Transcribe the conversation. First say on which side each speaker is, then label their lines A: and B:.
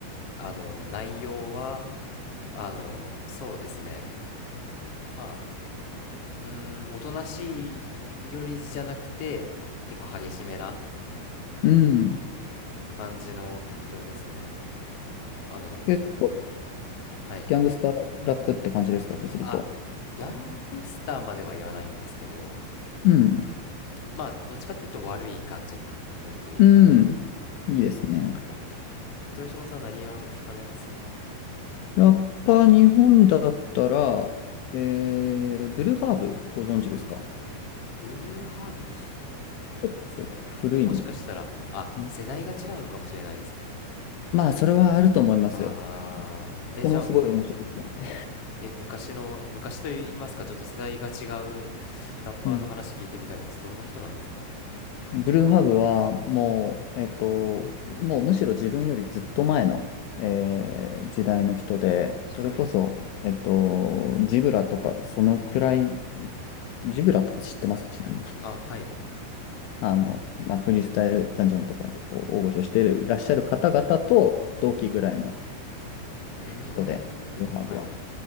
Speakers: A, on the left; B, on the left.
A: あ、あのー内容は、あのーそうですね。まうーん、おとなしいよりじゃなくて、結構激しめな
B: うん。
A: 感じの曲調ですね。あの
B: 結構、
A: はい。
B: ギャングスターラップって感じですか、そうすると。
A: あ、ギャングスターまでは言わないんですけど、
B: うん。
A: まあ、どっちかっていうと悪い感じのノリというか。
B: うん。いいですね。
A: はい。え、豊島さん何を聞かれます
B: ラッパー日本だったら、えー、ブルーハーブご存知ですか
A: ブルーハーブ聞いたことないですね。
B: ちょっと古いんですけど。
A: え、もしかしたら、あ、
B: うん
A: 世代が違うのかもしれないですね。
B: まあ、それはあると思いますよ。
A: あー、え、
B: こもすごい面白い曲なんで。
A: じゃあ、え、昔の、昔と言いますか、ちょっと世代が違うラッパーの話聞いてみたいです。
B: うん。
A: どんな人なんですか
B: ブルーハーブはもう、えっと、もうむしろ自分よりずっと前の、えー時代の人で、それこそ、
A: はい。
B: えっと、ジブラとかそのくらいジブラとか知ってますちなみに。<laughs>
A: あ、はい。
B: あの、まあ、フリースタイルダンジョンとかでこう大御所していらっしゃる方々と同期ぐらいの
A: うー
B: 人で、ルハブは。
A: ん、はい、